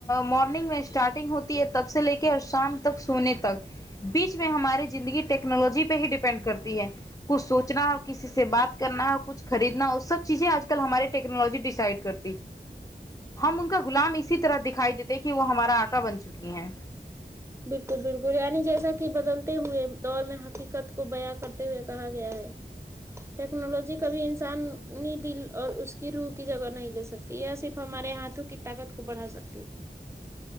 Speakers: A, on the left; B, on the right.
A: مارننگ میں اسٹارٹنگ ہوتی ہے تب سے لے کے اور شام تک سونے تک بیچ میں ہماری زندگی ٹیکنالوجی پہ ہی ڈیپینڈ کرتی ہے کچھ سوچنا ہو کسی سے بات کرنا ہو کچھ خریدنا ہو سب چیزیں آج کل کل ہماری ٹیکنالوجی ڈسائڈ کرتی ہم ان کا غلام اسی طرح دکھائی دیتے کہ وہ ہمارا آقا بن چکی ہے
B: بالکل بالکل یعنی جیسا کہ بدلتے ہوئے دور میں حقیقت کو بیاں کرتے ہوئے کہا گیا ہے ٹیکنالوجی کبھی انسانی دل اور اس کی روح کی جگہ نہیں لے سکتی یہ صرف ہمارے ہاتھوں کی طاقت کو بڑھا سکتی